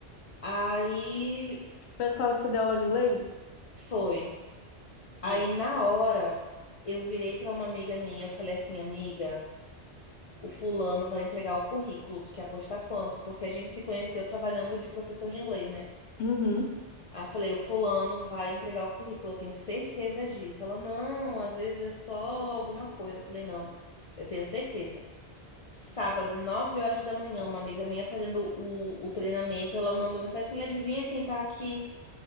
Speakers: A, on the left; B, on the left.
A: Aí
B: Foi a escola que você deu aula de inglês?
A: foi.
B: Ah.
A: Aí na hora eu virei pra uma amiga minha, eu falei assim, amiga, o fulano vai entregar o currículo, tu quer apostar quanto? Porque a gente se conheceu trabalhando de professor de inglês, né?
B: Uhum.
A: Aí eu falei, o fulano vai entregar o currículo, eu tenho certeza disso. Ela, não, às vezes é só alguma coisa. Eu falei, não, eu tenho certeza. Sábado, 9 horas da manhã, uma amiga minha fazendo o, o treinamento, ela mandou mensagem assim, adivinha quem tá aqui?